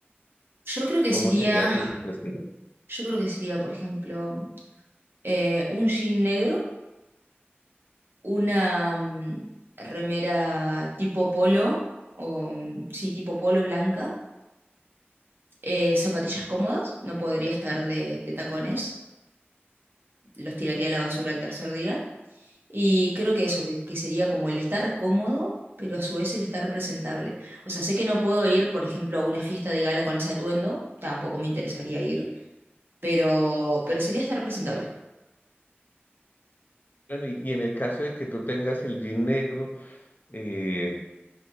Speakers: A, on the right (about 60°); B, on the left (about 45°).
A: Yo creo que sería,
B: ¿Cómo sería tu tu estilo?
A: yo creo que sería, por ejemplo, eh, un jean negro, una mm, remera tipo polo, o mm, sí, tipo polo blanca, eh, zapatillas cómodas, no podría estar de de tacones, los tiraría a la basura el tercer día Y creo que eso, que, que sería como el estar cómodo, pero a su vez el estar presentable. O sea, sé que no puedo ir, por ejemplo, a una fiesta de gala con ese atuendo, tampoco me interesaría ir, pero, pero sería estar presentable.
B: Bueno, y, y en el caso de que tú tengas el jean negro eh,